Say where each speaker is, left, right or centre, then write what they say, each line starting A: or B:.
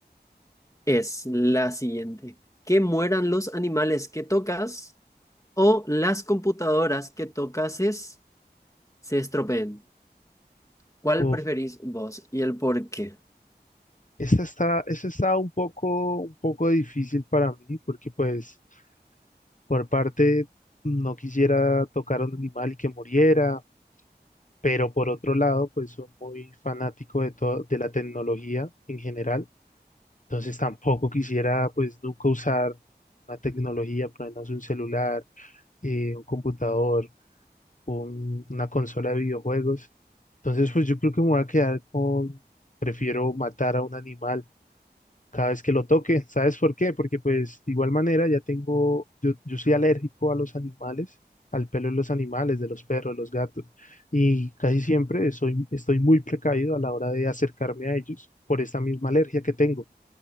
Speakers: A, on the left; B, on the left.
A: Es la siguiente. ¿Que mueran los animales que tocas o las computadoras que tocases se estropeen? ¿Cuál
B: Uf,
A: preferís vos y el por qué?
B: esta está, esta está un poco, un poco difícil para mí, porque pues por parte no quisiera tocar a un animal y que muriera, pero por otro lado, pues soy muy fanático de todo, de la tecnología en general, entonces tampoco quisiera pues nunca usar una tecnología, por lo menos un celular, eh, un computador, un- una consola de videojuegos. Entonces, pues yo creo que me voy a quedar con, prefiero matar a un animal cada vez que lo toque. ¿Sabes por qué? Porque pues de igual manera ya tengo, yo, yo soy alérgico a los animales, al pelo de los animales, de los perros, los gatos, y casi siempre soy, estoy muy precavido a la hora de acercarme a ellos por esta misma alergia que tengo.